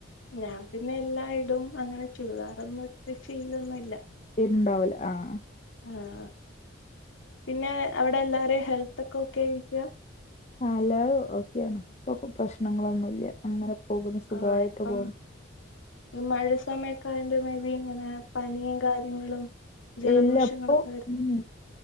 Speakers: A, on the left (about 80°); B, on the left (about 35°).
A: ഞാൻ പിന്നെ എല്ലായിടും അങ്ങനെ ചുരിദാറന്നും ഇട്ട് ശീലൊന്നുല്ല
B: ഇണ്ടാവൂല ആഹ്
A: ആഹ് പിന്നെ അവിടെ എല്ലാരേം ഹെൽത്ത് ഒക്കെ ഒക്കെയായിരിക്കാ
B: ആഹ് എല്ലാരും ഓക്കെയാണ് ഇപ്പൊ പ്രശ്നങ്ങളൊന്നുല്ല അങ്ങനെ പോകുന്നു സുഖായിട്ട്
A: ആഹ് ഇപ്പം
B: പോണു
A: ഈ മഴ സമയക്കായോണ്ട് മേബി ഇങ്ങനെ പനിയും കാര്യങ്ങളും ജലദോഷങ്ങളൊക്കെ
B: ഇല്ല അപ്പൊ
A: വരും
B: ഉം